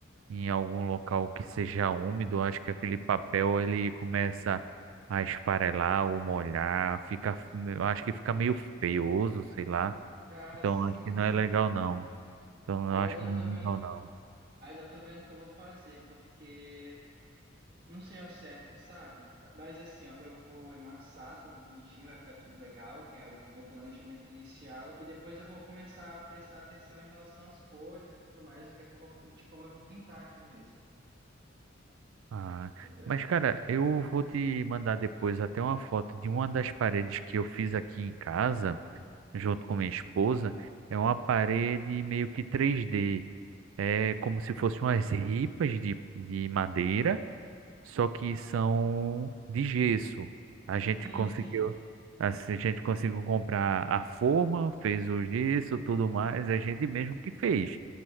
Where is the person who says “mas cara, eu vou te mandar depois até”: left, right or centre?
Right